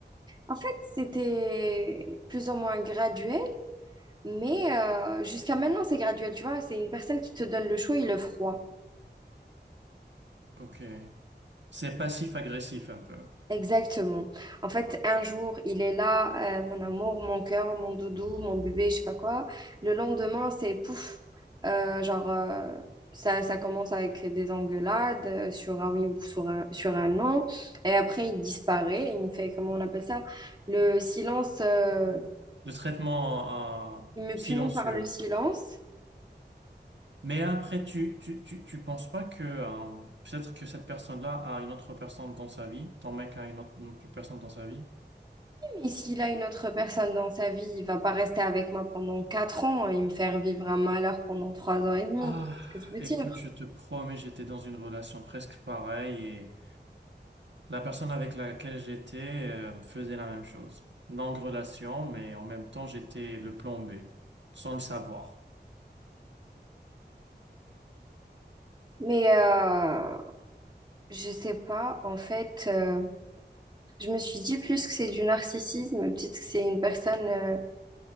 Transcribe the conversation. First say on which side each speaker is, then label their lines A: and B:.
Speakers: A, on the right (about 25°); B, on the right (about 85°).
A: en fait, c'était plus ou moins graduel, mais euh, jusqu'à maintenant, c'est graduel, tu vois. C'est une personne qui te donne le chaud et le froid.
B: Ok. C'est passif-agressif un peu.
A: Exactement. En fait, un jour, il est là, euh, mon amour, mon cœur, mon doudou, mon bébé, je sais pas quoi. Le lendemain, c'est pouf. Euh, genre, euh, ça, ça commence avec des engueulades euh, sur un oui ou sur un, sur un non. Et après, il disparaît. Il me fait, comment on appelle ça? Le silence. euh,
B: De traitement, euh,
A: il me
B: silencieux.
A: punit par le silence.
B: Mais après, tu, tu, tu, tu penses pas que euh, peut-être que cette personne-là a une autre personne dans sa vie, ton mec a une autre, une autre personne dans sa vie?
A: Mais s'il a une autre personne dans sa vie, il va pas rester avec moi pendant quatre ans et me faire vivre un malheur pendant trois ans et demi.
B: Ah,
A: Tu vois ce que je veux
B: écoute,
A: dire?
B: je te promets, j'étais dans une relation presque pareille et la personne avec laquelle j'étais euh, faisait la même chose. Longue relation, mais en même temps, j'étais le plan B, sans le savoir.
A: Mais euh, Je sais pas, en fait, euh, je me suis dit plus que c'est du narcissisme, peut-être que c'est une personne euh,